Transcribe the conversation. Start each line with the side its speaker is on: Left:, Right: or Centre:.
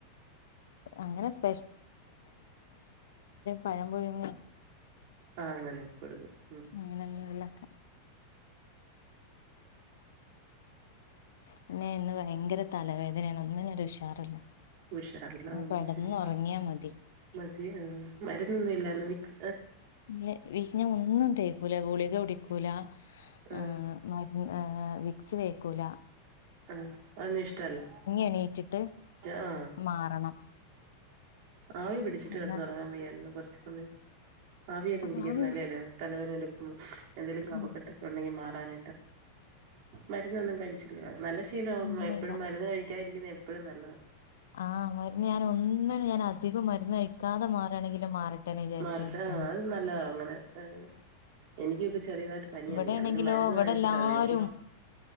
Left: അങ്ങനെ സ്.. പഴം പുഴുങ്ങേ
Right: ആ അങ്ങനെ <inaudible>
Left: അങ്ങനൊന്നും അല്ലക്ക പിന്നെ ഇന്ന് ഭയങ്കര തലവേദനയാണ് ഒന്നിനൊരു ഉഷാറില്ല
Right: ഉഷാറില്ല ഓ
Left: കെടന്നൊറങ്ങിയാ
Right: ശരി
Left: മതി
Right: മതി മരുന്നൊന്നുംല്ലാന്ന് നിക്ക്..
Left: <unintelligible> ഒന്നും തേക്കൂല ഗുളിക കുടിക്കൂല
Right: കുടിക്കൂല ആഹ്
Left: ആ മരുന്ന് ആ.. വിക്സ് വേക്കൂല
Right: ആ അതൊന്നും ഇഷ്ടല്ല
Left: എണീറ്റിട്ട്
Right: ആ ആ
Left: മാറണം
Right: ആവി പിടിച്ചിട്ട്
Left: അതാ
Right: കിടന്ന് ഉറങ്ങാൻ വയ്യായിരുന്നോ കുറച്ച് സമയ ആവിയൊക്കെ
Left: ആഹ്
Right: പിടിക്കുന്ന നല്ല അല്ലയോ തലവേദന എടു.. ഉം എന്തങ്കിലും കഫക്കെട്ട്
Left: ഉം
Right: ഉണ്ടെങ്കിൽ മാറും <unintelligible> മരുന്നൊന്നും കഴിച്ചില്ല നല്ല ശീല
Left: ഇല്ലില്ല.
Right: എപ്പോഴും മരുന്ന് കഴിക്കാൻ രിക്കുന്നത് എപ്പോഴും നല്ലത
Left: ആ <unintelligible> ഞാൻ ഒന്ന് ന <unintelligible> അധികം മരുന്ന് കഴിക്കാതെ മാറാണെങ്കിലും മാറിട്ടെന്ന് വിചാരിച്ചു
Right: മാറട്ടെ
Left: നിൽക്ക
Right: അത് നല്ലതാ അങ്ങനെ ആഹ് എനിക്കും ഇപ്പ ചെറിയതായിട്ട് പനിയുണ്ട്
Left: ഇവിടെയാണെങ്കിലോ
Right: ഞാൻ പിന്നെ മരുന്ന്
Left: ഇവിടെല്ലാരും
Right: വാങ്ങിച്ചിട്ടാ വന്നേ എനിക്ക്